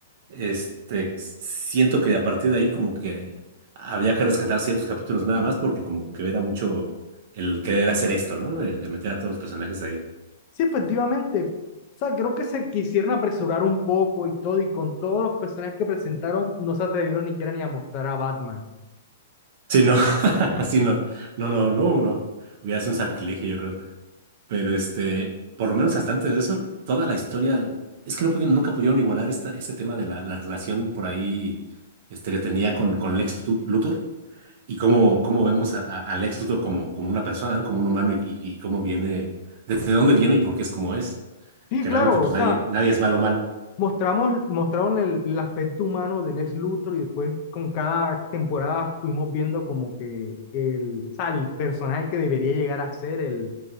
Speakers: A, on the right; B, on the left.
A: este, siento que a partir de ahí como que había que rescatar ciertos capítulos nada más porque como que era mucho el querer hacer esto, ¿no? De, de meter a todos los personajes ahí.
B: Sí, efectivamente. O sea, creo que se quisieron apresurar un poco y todo, y con todos los personajes que presentaron, no se atrevieron ni siquiera ni a mostrar a Batman.
A: Sí, no, <laughs> sí, no, no, no, no, uno hubiera sido un sacrilegio, yo creo. Pero este, por lo menos hasta antes de eso, toda la historia, es que no pudieron, nunca pudieron igualar esta, este tema de la, la relación por ahí este, que tenía con, con Lex Tut- Luthor y cómo, cómo vemos a, a- a Lex Luthor como, como una persona, ¿no? Como un humano y, y y cómo viene, desde dónde viene y por qué es como es.
B: Sí,
A: Que
B: claro,
A: realmente pues
B: o sea,
A: nadie, nadie es malo malo.
B: mostramos, mostraron el, el aspecto humano del ex Luthor y después con cada temporada fuimos viendo como que el, o sea, el personaje que debería llegar a ser el,